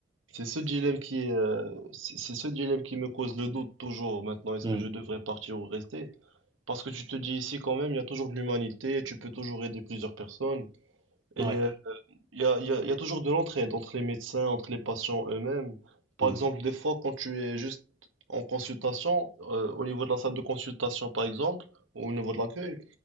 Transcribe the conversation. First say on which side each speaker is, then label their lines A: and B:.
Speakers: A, on the right; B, on the right.
A: c'est ce dilemme qui est, euh, c'est c'est ce dilemme qui me cause le doute toujours maintenant. Est-ce
B: Mm.
A: que je devrais partir ou rester? Parce que tu te dis ici quand même, il y a toujours de l'humanité, tu peux toujours aider plusieurs personnes. Et
B: Ouais.
A: euh, il y a, il y a- il y a toujours de l'entraide entre les médecins, entre les patients eux-mêmes. Par
B: Mm.
A: exemple, des fois, quand tu es juste en consultation, euh, au niveau de la salle de consultation par exemple, ou au niveau de l'accueil,